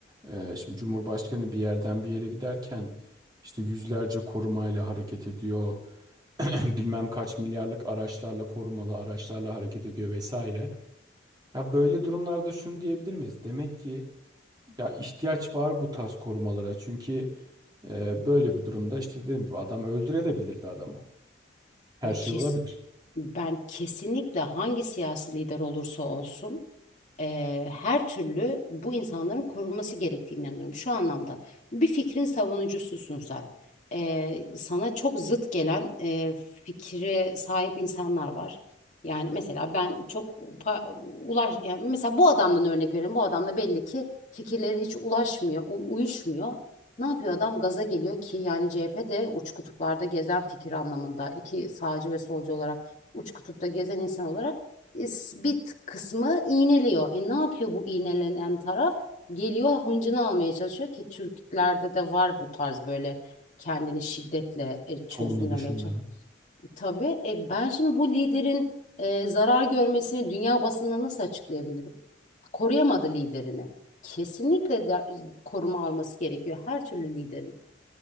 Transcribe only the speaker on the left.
Ve
kes,
ben kesinlikle hangi siyasi lider olursa olsun e, her türlü bu insanların korunması gerektiğine inanıyorum. Şu anlamda bir fikrin savunucususun sen. E, sana çok zıt gelen e, fikre sahip insanlar var. Yani mesela ben çok pa- ulaş yani mesela bu adamdan örnek verelim. Bu adamla belli ki fikirleri hiç ulaşmıyor, u- uyuşmuyor. Ne yapıyor adam? Gaza geliyor ki yani CHP de uç kutuplarda gezen fikir anlamında iki sağcı ve solcu olarak uç kutupta gezen insan olarak bit kısmı iğneliyor. E ne yapıyor bu iğnelenen taraf? Geliyor hıncını almaya çalışıyor ki Türklerde de var bu tarz böyle kendini şiddetle e, çözümlemeye
çalışıyor. Tabii e, ben şimdi bu liderin e, zarar görmesini dünya basınına nasıl açıklayabilirim? Koruyamadı liderini. Kesinlikle de, koruma alması gerekiyor her türlü liderin.